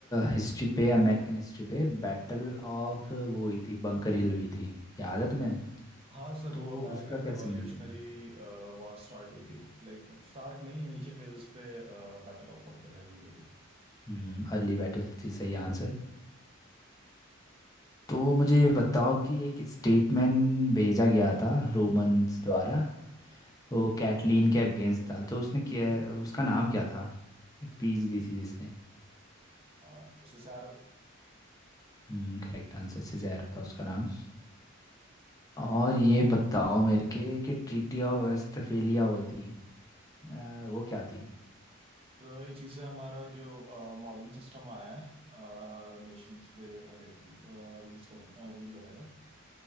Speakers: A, on the left (about 15°); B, on the right (about 30°).
A: हिस्ट्री पे अमेरिकन हिस्ट्री पे बैटल ऑफ वो हुई थी बंकर हिल हुई थी याद है तुम्हें
B: हाँ सर वो
A: तो
B: अमेरिकन
A: उसका क्या
B: रिवॉल्यूशनरी
A: सिग्निफिकेंस
B: वॉर स्टार्ट हुई थी लाइक स्टार्ट नहीं इनिशियल फेजेस पे बैटल ऑफ बंकर हिल हुई थी
A: हम्म अर्ली बैटल थी सही आंसर तो मुझे बताओ कि एक स्टेटमेंट भेजा गया था रोमन्स द्वारा वो कैटलीन के अगेंस्ट था तो उसने क्या उसका नाम क्या था स्पीच दी थी जिसने
B: हाँ, उससे सर
A: हम्म करेक्ट आंसर सिज़ेरो था उसका नाम और ये बताओ मेरे के कि ट्रीटी ऑफ वेस्टफेलिया हुई थी अ, वो क्या थी
B: तो इस चीज़ से हमारा जो मॉडर्न सिस्टम आया है नेशंस पे लाइक रूल्स करने रूल करने का